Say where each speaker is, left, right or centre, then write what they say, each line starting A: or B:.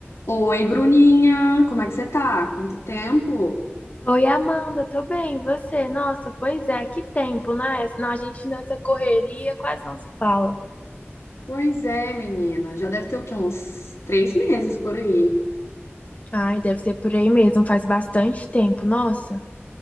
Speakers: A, on the left; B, on the left.
A: Oi, Bruninha, como é que você tá? Quanto tempo?
B: Oi, Amanda, tô bem, e você? Nossa, pois é, que tempo, né? Senão a gente nessa correria quase não se fala.
A: Pois é, menina, já deve ter o quê? Uns três meses por aí.
B: Ai, deve ser por aí mesmo, faz bastante tempo, nossa.